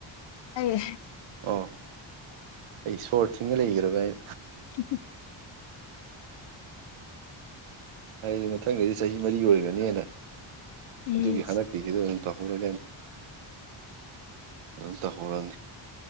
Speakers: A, on the left (about 60°); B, on the right (about 85°).
A: ꯑꯦ
B: ꯑꯣ ꯑꯩ ꯁꯣꯔ ꯊꯤꯡꯅ ꯂꯩꯈ꯭ꯔꯕ ꯑꯩ
A: ꯎ
B: ꯍꯥꯏꯗꯤ ꯃꯊꯪꯗꯩꯗꯤ ꯆꯍꯤ ꯃꯔꯤ ꯑꯣꯏꯔꯅꯦꯅ
A: ꯎꯝ
B: ꯑꯗꯨꯒꯤ ꯍꯟꯗꯛꯀꯤꯁꯤꯗ ꯑꯗꯨꯝ ꯇꯍꯂꯒꯦꯟ ꯑꯝꯇꯍꯧꯔꯅꯤ